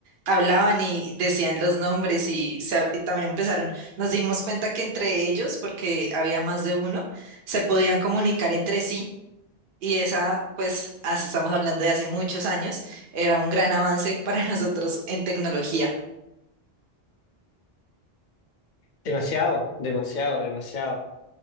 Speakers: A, on the right (about 60°); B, on the left (about 50°).
A: hablaban y decían los nombres y, se- y también empezaron. Nos dimos cuenta que entre ellos, porque había más de uno, se podían comunicar entre sí. Y esa, pues, así estamos hablando de hace muchos años, era un gran avance para <laughs> nosotros en tecnología.
B: Demasiado, demasiado, demasiado.